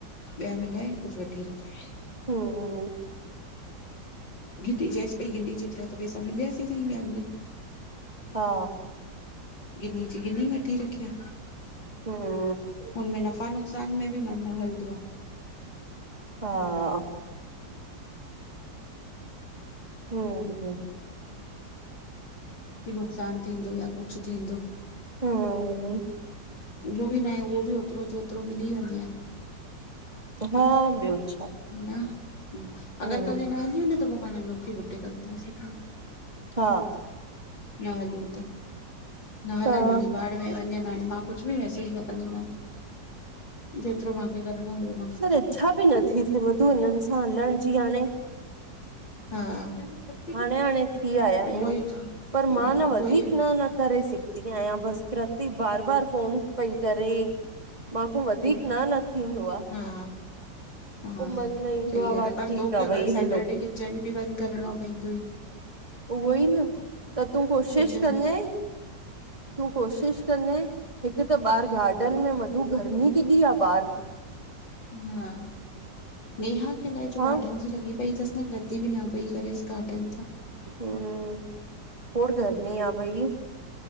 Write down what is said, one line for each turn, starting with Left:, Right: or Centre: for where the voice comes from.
Left: ॿिया मिलाए कुझु वठी रखाए।
Right: हमम्।
Left: गिती चैस पई गिनि जेतिरा त पैसा मिलयस हि सही
Right: हा।
Left: गिन्नी जी गिन्नी वठी रखीआ।
Right: हम्म।
Left: हुनमें नफ़ा नुक़सान में बि मन न हलंदो आ।
Right: हा हु हु
Left: कि नुक़सानु थींदो या कुझु थींदो
Right: हम्म,
Left: उहो बि ना आहे उहो बि ओतिरो जो ओतिरो मिली वञेआ
Right: हा ॿियो छा
Left: न
Right: हम्म,
Left: अगरि कल हे न हलिउ न त पोइ पाणि नौखे बुटिक हलन्दा से कल।
Right: हा।
Left: न हलियूं त न हलनि
Right: हा,
Left: वञी बाढ़ में वञन हाणे मां कुझु बि मैसेज न कंदी मान जेतिरो मांखे करिणो हो
Right: पर इच्छा बि नथी थिए मधु हिननि सां हलण जी हाणे
Left: हा
Right: हाणे हाणे थी आया आहियूं
Left: उहो ई त
Right: पर मां
Left: हा
Right: न
Left: उहो
Right: वधीक
Left: ई
Right: न न करेे सिघदी आहियां बस कृती बार बार फोन पई करे मांखो वधीक
Left: आहे
Right: न न थींदो आ
Left: हा हा
Right: पोइ मन में ईंदो
Left: सही
Right: आहे
Left: ॻाल्हि
Right: वाह
Left: पर
Right: ठीकु
Left: तोखे
Right: आहे
Left: अगरि
Right: भई
Left: सैटरडे
Right: हलो।
Left: किचन बि बंदि करिणो पइदुई।
Right: उहो ई न त तूं कोशिश
Left: किचन
Right: कन्जाए तूं कोशिश कंॼाए हिकु त ॿाहिरि गार्डन में मधू गर्मी केॾी आहे ॿार
Left: हा नेहा खे अलाए छो
Right: हा
Left: गार्डन जी लॻि पई तस न कृती बि न पई करेस गार्डन त
Right: हम्म खोण गर्मी आ भई